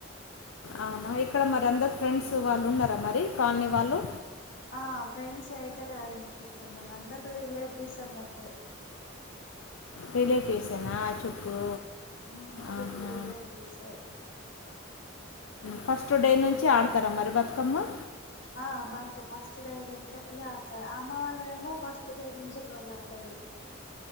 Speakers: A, on the left; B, on the left.
A: అవునా ఇక్కడ మరి అందరు ఫ్రెండ్స్ వాళ్ళు ఉన్నారా మరి కాలనీ వాళ్ళు
B: ఆ ఫ్రెండ్స్ అయితారు చుట్టూండ వాళ్ళు అందరు రిలేటివ్స్ అన్నట్టే
A: రిలేటివ్సేనా చుట్టూ
B: ఉమ్ చుట్టూ
A: ఆహా
B: రిలేటివ్స్ ఏ
A: ఫస్ట్ డే నుంచి ఆడతారా మరి బతుకమ్మ
B: ఆ మాకు ఫస్ట్ డే నుంచి ఆళ్ళ ఆడతారు అమ్మ వాళ్ళ ఏమో ఫస్ట్ డై నుంచి వాళ్ళు ఆడరు